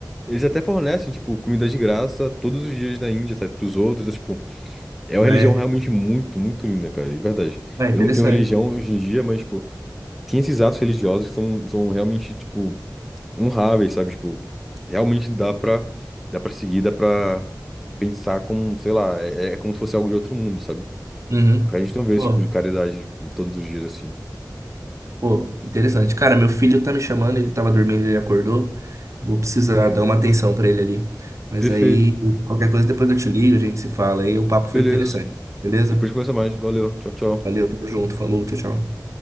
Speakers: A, in the centre; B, on the right (about 45°).
A: Eles até fornecem, tipo, comida de graça todos os dias da Índia, sabe, pros outros. É, tipo, é uma
B: Ah,
A: religião
B: é?
A: realmente muito, muito linda, cara, de verdade.
B: Ah, interessante.
A: Eu não tenho religião hoje em dia, mas, tipo, tem esses atos religiosos que são, são realmente, tipo, honráveis, sabe? Tipo, realmente dá pra, dá pra seguir, dá pra pensar como, sei lá, é, é como se fosse algo de outro mundo, sabe?
B: Uhum.
A: Porque a gente não vê esse
B: Pô.
A: tipo de caridade todos os dias, assim.
B: Pô, interessante. Cara, meu filho tá me chamando, ele tava dormindo, ele acordou. Vou precisar dar uma atenção pra ele ali. Mas
A: Perfeito,
B: aí, qualquer coisa depois eu te ligo, a gente se fala aí. O papo foi
A: beleza.
B: interessante, beleza?
A: Depois conversa mais. Valeu, tchau, tchau.
B: Valeu, tamo junto, falou, tchau, tchau.